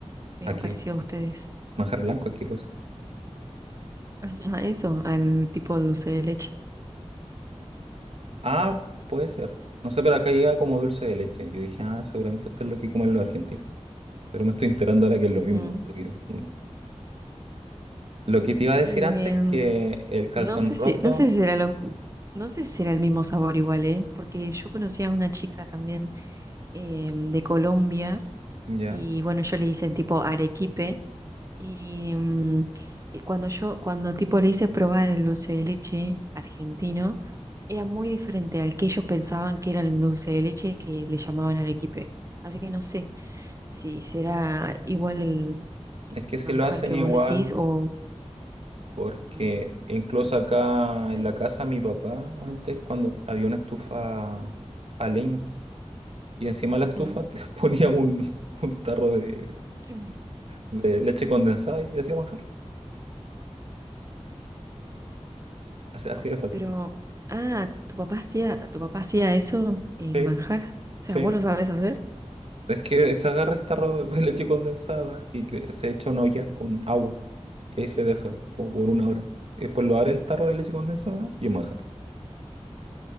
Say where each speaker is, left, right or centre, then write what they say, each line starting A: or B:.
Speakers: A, on the right; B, on the right.
A: Me
B: ¿A qué?
A: pareció a ustedes.
B: ¿Manjar blanco? ¿A qué cosa?
A: <laughs> A eso, al tipo de dulce de leche.
B: Ah, puede ser. No sé, pero acá llega como dulce de leche. Yo dije, ah, seguramente esto es lo que comen los argentinos. Pero me estoy enterando ahora que es lo mismo.
A: Ujú.
B: así que, mm. Lo que te iba a decir
A: Em,
B: antes es que el calzón
A: no sé
B: roto,
A: si, no sé si será lo, no sé si será el mismo sabor igual, ¿eh? Porque yo conocía a una chica también em, de Colombia
B: ya,
A: Y bueno, yo le hice tipo arequipe y, mm, y cuando yo, cuando tipo le hice probar el dulce de leche argentino, era muy diferente al que ellos pensaban que era el dulce de leche que le llamaban arequipe. Así que no sé si será igual el,
B: es
A: el
B: que si
A: manjar
B: lo hacen
A: que
B: igual,
A: vos decís o
B: porque
A: mm,
B: incluso
A: no sé.
B: acá en la casa mi papá, antes cuando había una estufa a leña, y encima de la
A: Ujú.
B: estufa
A: <laughs>
B: te <laughs> ponía un, un tarro de,
A: Mm.
B: de leche condensada y hacía manjar. Así,
A: No,
B: así de fácil.
A: pero, ah, ¿tu papá hacía, tu papá hacía eso, el
B: Sí,
A: manjar? O sea,
B: sí.
A: ¿vos lo sabés hacer?
B: Es que se agarra el tarro de leche condensada y cre- se echa una olla con agua. Y ahí se deja, como por una hora. Y después lo abre el tarro de leche condensada y es manjar.